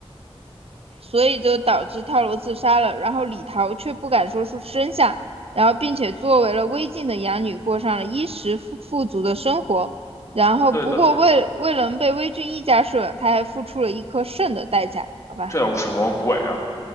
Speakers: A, on the right; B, on the left.
A: 所以就导致跳楼自杀了。然后李桃却不敢说出真相，然后并且作为了微晋的养女，过上了衣食富富足的生活。然后不过为了能被微俊一家收养，
B: 对的，
A: 他还付出了一颗肾的代价，好吧？
B: 这有什么鬼啊？